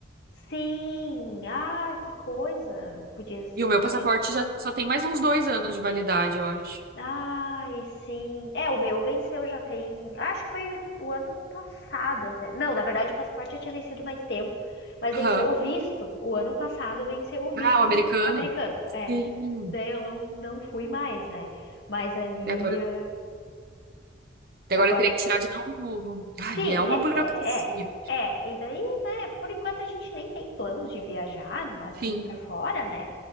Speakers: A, on the left (about 55°); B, on the right (about 50°).
A: sim! Ah, que coisa! Podia
B: E o meu
A: ter
B: passaporte
A: uma.
B: já só tem mais uns dois anos de validade, eu acho.
A: Ai, sim. É, o meu venceu já tem. Acho que foi o ano passado até. Não, na verdade o passaporte já tinha vencido mais tempo, mas venceu
B: Aham.
A: o visto. O ano passado venceu o visto
B: Ah, o americano?
A: americano. É,
B: Sim.
A: daí eu não, não fui mais, né? Mas ali.
B: E agora,
A: ah, Agora.
B: e agora eu teria que tirar de novo. Ai,
A: Sim,
B: é
A: ter...
B: uma burocracia.
A: é, é. É, e daí, né, por enquanto a gente nem tem planos de viajar assim
B: sim
A: pra fora, né?